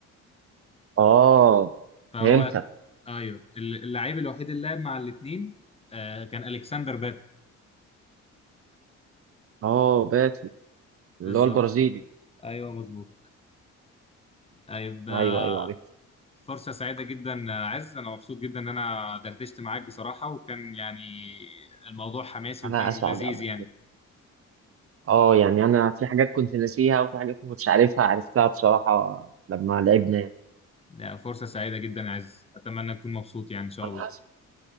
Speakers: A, on the right (about 50°); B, on the left (about 20°).
A: آه،
B: فهو
A: فهمتك
B: ايوه ال- اللعيب الوحيد اللي لعب مع الاثنين كان الكسندر باتو
A: اه باتو
B: بالظبط
A: اللي هو البرازيلي
B: كده. ايوه مظبوط طيب آه،
A: ايوه ايوه عرفت
B: فرصة سعيدة جدا عز أنا مبسوط جدا إن أنا دردشت معاك بصراحة وكان يعني الموضوع حماسي
A: انا
B: وكان
A: اسعد
B: لذيذ
A: ابدا
B: يعني
A: اه يعني انا في حاجات كنت ناسيها وفي حاجات ما كنتش عارفها عرفتها بصراحة لما لعبنا
B: لا، فرصة سعيدة جدا يا عز أتمنى تكون مبسوط يعني إن شاء
A: انا
B: الله
A: اسف